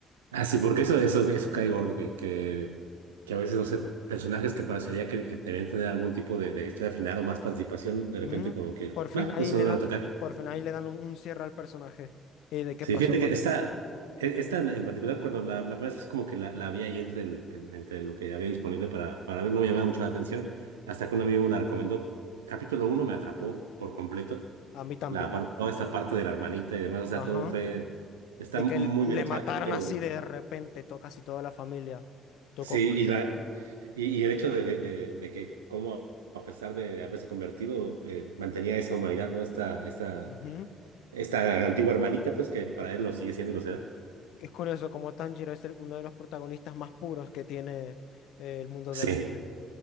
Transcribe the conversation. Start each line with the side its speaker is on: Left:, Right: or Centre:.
Right: Ah, sí, porque eso, eso, eso cae gordo, que, que, que a veces, no sé, personajes que parecería que, que debían tener algún tipo de, de historia final o más participación, de repente
Left: Ujú.
Right: como que,
Left: Por fin
Right: bah,
Left: ahí
Right: no se
Left: le
Right: vuelven
Left: dan,
Right: a tocar.
Left: por fin ahí le dan un, un cierre al personaje. ¿Y de qué
Right: Sí,
Left: pasó
Right: fíjate
Left: con
Right: que esta,
Left: él?
Right: e- esta en en particular, cuando la, la primera vez así como que la, la vi ahí entre, el, en- entre lo que había disponible para, para ver, no me llamaba mucho la atención, hasta que un amigo me la recomendó. Capítulo uno me atrapó por completo,
Left: A mí también.
Right: la parte, toda esta parte de la hermanita y demás, o sea,
Left: Ajá.
Right: todo fue, está
Left: De
Right: muy
Left: que l- le
Right: bien hecha,
Left: mataran
Right: el capítulo
Left: así
Right: uno.
Left: de repente, tocó casi toda la familia. Tocó
Right: Sí,
Left: fuerte.
Right: y, la, y, y el hecho de, de, de- de que como a pesar de haberse convertido, eh, mantenía esa humanidad, ¿no? Esta, esta,
Left: Ujú.
Right: esta antigua hermanita, pues que para él lo sigue siendo y lo será.
Left: Que Es curioso como Tanjiro es el- uno de los protagonistas más puros que tiene eh, el mundo
Right: Sí,
Left: del anime.